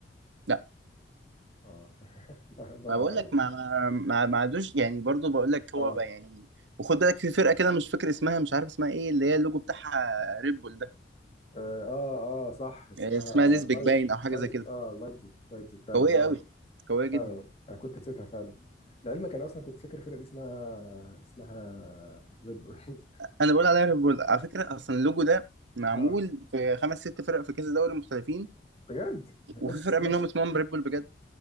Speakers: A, on the right; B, on the left.
A: لا
B: اه <laughs> ضيع ضيع
A: ما بقول
B: قوي
A: لك ما ما ما عادوش يعني برضو بقول لك
B: اه
A: هو بقى يعني وخد بالك في فرقه كده مش فاكر اسمها مش عارف اسمها ايه اللي هي اللوجو بتاعها ريد بول ده
B: اه اه آه، صح اسمها
A: آه، اسمها ليزبيك
B: لايز
A: باين او حاجه
B: لايز
A: زي كده
B: اه لايبزيج لايبزيج فعلا
A: قويه
B: اه
A: قوي قويه جدا
B: فعلا انا كنت نسيتها فعلا لعلمك انا اصلا كنت فاكر الفرقه دي اسمها اسمها ريد بولز
A: انا بقول عليها ريد بول على فكره اصلا اللوجو ده معمول
B: <laughs> اه
A: في خمس ست فرق في كذا دوري مختلفين
B: بجد نفس
A: وفي فرقه منهم
B: نفس
A: اسمهم ريد بول بجد